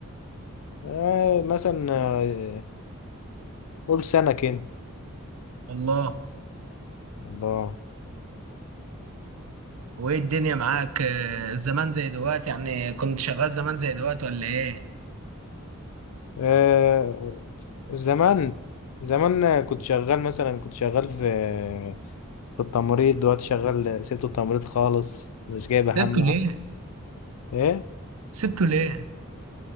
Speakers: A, on the left (about 80°); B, on the right (about 80°).
A: ايه مثلا اه، قول سنه كده
B: الله
A: الله
B: وايه الدنيا معاك آه، زمان زي دلوقتي يعني كنت شغال زمان زي دلوقتي ولا ايه
A: ايه زمان زمان كنت شغال مثلا كنت شغال في التمريض دلوقتي شغال سبت التمريض خالص مش جايبه
B: سبته
A: همه
B: ليه
A: ايه
B: سبته ليه